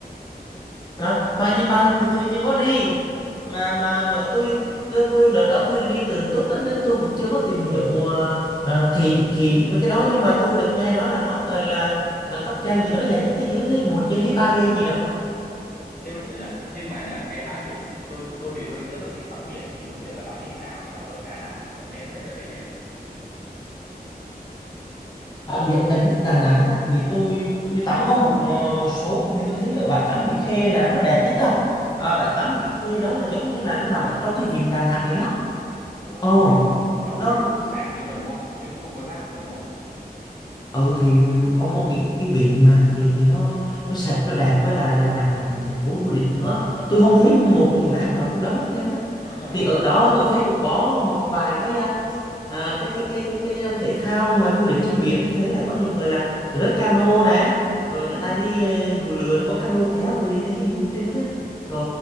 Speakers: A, on the left; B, on the left.
A: À, Fansipan thì tôi chưa có đi
B: Ừ.
A: mà mà bữa tôi, tôi tôi- đợt đó tôi đi tự túc á, nên tôi cũng chưa có tìm hiểu à, à, kỹ kỹ mấy cái đó nhưng mà tôi được nghe nói là nó còn là à, cáp treo gì đó dài nhất thế giới hay một giây hay ba
B: Ồ.
A: giây gì
B: ồ.
A: đó
B: Thế bây giờ nhá, nhưng mà nhá, cái bãi biển tôi tôi thì tôi rất là thích tắm biển thì không biết là bãi biển nào mà ở Đà Nẵng mà là đẹp nhất ở đấy nhỉ?
A: Đặc biệt đẹp nhất Đà Nẵng á, thì tôi tôi tắm có một ờ, một số thì tôi thấy ở bãi tắm Mỹ Khê là nó đẹp nhất đâu à, bãi tắm
B: Ồ.
A: Mỹ Khê đó là giống như là nó nằm ở trong cái vịnh Đà Nẵng vậy đó
B: Ồ,
A: ồ
B: nhưng mà nó nó
A: nó
B: cũng cũng sạch thôi mà đúng không? Chứ cũng không có rác mà đúng không?
A: ừ thì ông ông nghĩ cái vịnh mà thì thì nó nó sạch nó đẹp với là Đà Nẵng là một thành phố du lịch nữa tôi không thấy một cục rác nào trong đó trên á
B: <laughs>
A: thì ở đó tôi thấy cũng có một vài cái à, à, cái cái cái cái cái um, thể thao mà du lịch trên biển thấy là có nhiều người là lướt cano này rồi
B: ừ.
A: người ta đi ờ, dù lượn có cano kéo rồi đi cái dù trên đó á trời